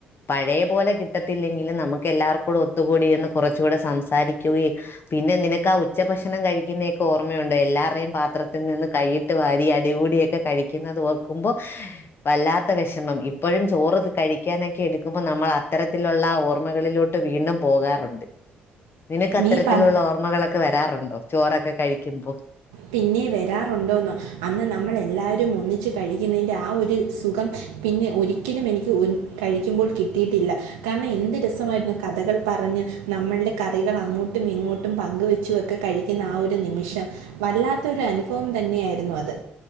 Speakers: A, on the left; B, on the right.
A: പഴയ പോലെ കിട്ടത്തില്ലെങ്കിലും നമുക്ക് എല്ലാർക്കൂടെ ഒത്തുകൂടിയിരുന്ന് കുറച്ചൂടെ സംസാരി ക്കുവേം പിന്നെ നിനക്ക് ആഹ് ഉച്ചഭക്ഷണം കഴിക്കുന്നതൊക്കെ ഓർമ്മയുണ്ടോ എല്ലാർടെം പാത്രത്തിൽ നിന്ന് കൈയിട്ട് വാരി അടികൂടിയൊക്കെ കഴിക്കുന്നത് ഓർക്കുമ്പോ വല്ലാത്ത വിഷമം ഇപ്പോഴും ചോറ് ത് കഴിക്കാനൊക്കെ എടുക്കുമ്പോ നമ്മൾ അത്തരത്തിലുള്ള ഓർമ്മകളിലോ ട്ട് വീണ്ടും പോകാറോണ്ട് നിനക്ക് അത്തരത്തിലുള്ള
B: നീ പ
A: ഓർമ്മകളൊക്കെ വരാറുണ്ടോ ചോറൊക്കെ കഴിക്കുമ്പോ
B: പിന്നെ വരാറുണ്ടോന്നോ അന്ന് നമ്മൾ എല്ലാവരും ഒന്നിച്ച് കഴിക്കുന്നതിന്റെ ആ ഒരു സുഖം പിന്നെ ഒരിക്കലും എനിക്ക് ഒൻ കഴിക്കുമ്പോൾ കിട്ടിയിട്ടില്ല കാരണം എന്ത് രസമായിരുന്നു കഥകൾ പറഞ്ഞ് നമ്മൾടെ കറികൾ അങ്ങോട്ടും ഇങ്ങോട്ടും പങ്കുവെച്ചും ഒക്കെ കഴിക്കുന്ന ആ ഒരു നിമിഷം വല്ലാത്ത ഒരു അനുഭവം തന്നെയായിരുന്നു അത്